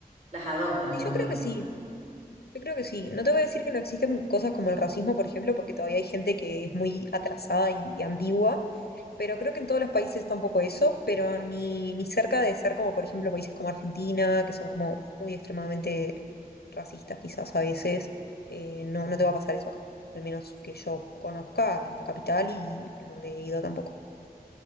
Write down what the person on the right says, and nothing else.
Las adoptan
también.